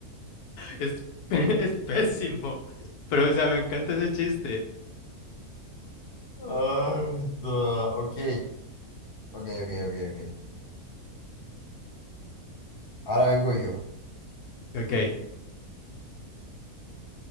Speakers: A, on the left; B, on the left.
A: Es, pe- <laughs> es pésimo. Pero, o sea, me encanta ese chiste.
B: <laughs> Harta. Ok, ok, ok, ok, ok. Ahora vengo yo.
A: Ok.